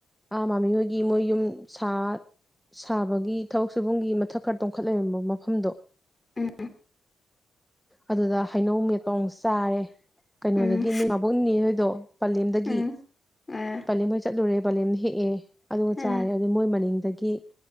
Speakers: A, in the centre; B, on the left.
A: ꯑ ꯃꯃꯤꯍꯣꯏꯒꯤ ꯃꯣꯏ ꯌꯨꯝ ꯁꯥꯠ ꯁꯥꯕꯒꯤ ꯊꯕꯛ ꯁꯨꯕꯝꯒꯤ ꯃꯊꯛ ꯈꯔ ꯇꯣꯡꯈꯠ ꯂꯩꯔꯝꯕ ꯃꯐꯝꯗꯣ
B: ꯎꯝ
A: ꯑꯗꯨꯗ ꯍꯩꯅꯧ ꯃꯦꯠꯄꯧ ꯑꯃꯨꯛ ꯆꯥꯔꯦ ꯀꯩꯅꯣꯗꯒꯤ
B: ꯎꯝ
A: ꯅꯣꯏ ꯃꯍꯣꯛ ꯅꯦꯍꯣꯏꯗꯣ ꯄꯂꯦꯝꯗꯒꯤ
B: ꯎꯝ ꯑꯥ
A: ꯄꯂꯦꯝ ꯍꯣꯏ ꯆꯠꯂꯨꯔꯦ ꯄꯂꯦꯝꯅ ꯍꯦꯛꯑꯦ ꯑꯗꯨꯒ
B: ꯑꯥ
A: ꯆꯥꯔꯦ ꯑꯗꯨ ꯃꯣꯏ ꯃꯅꯤꯡ ꯒꯤ